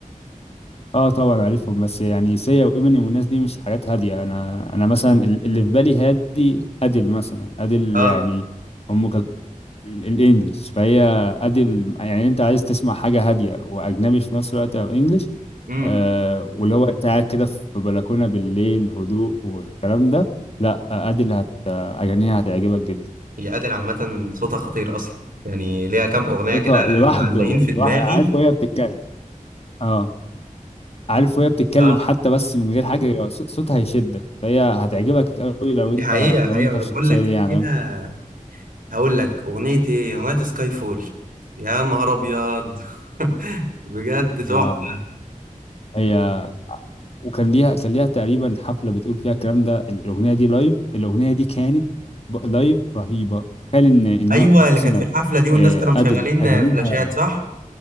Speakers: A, on the left; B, on the right.
A: اه طبعا عارفهم بس يعني سيا وامينيم والناس دي مش حاجات هاديه انا انا مثلا ال- اللي في بالي هادي ادل مثلا ادل
B: اه
A: يعني ام كلثوم ال- الانجليش فهي ادي ال- يعني انت عايز تسمع حاجه هاديه واجنبي في نفس الوقت او انجليش
B: امم
A: آه واللي هو أنت قاعد كده في بلكونه بالليل هدوء والكلام ده لا آه، ادي اللي هت اغانيها هتعجبك جدا
B: هي ادل عامه صوتها خطير اصلا يعني ليها كام اغنيه
A: صوتها
B: كده
A: لوحده
B: معلقين في دماغي
A: لوحده عارف وهي بتتكلم اه عارف وهي بتتكلم
B: اه
A: حتى بس من غير حاجه ص- صوتها هيشدك فهي هتعجبك قوي لو انت
B: دي حقيقه
A: لو
B: حقيقه
A: انت
B: انا
A: الشخصيه
B: بقول لك
A: دي يعني
B: فيها
A: لو انت
B: هقول لك اغنيه ايه اغنيه سكاي فول يا نهار ابيض <laughs> بجد تحفه
A: اه هي وكان ليها كان ليها تقريبا حفله بتقول فيها الكلام ده الاغنيه دي لايف الاغنيه دي كانت ب- لايف رهيبه تخيل ان ان
B: ايوه اللي
A: مثلا
B: كانت في الحفله دي والناس
A: آه،
B: كانوا مشغلين
A: ادل اغانيها
B: فلاشات صح